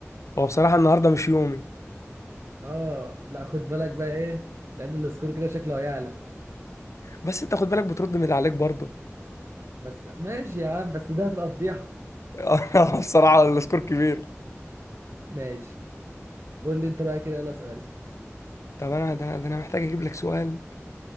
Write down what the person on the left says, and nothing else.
هو بصراحه النهارده مش يومي
بس انت خد بالك بترد من اللي عليك برضه
<laughs> بصراحه السكور كبير
طب انا ده انا ده أنا محتاج اجيب لك سؤال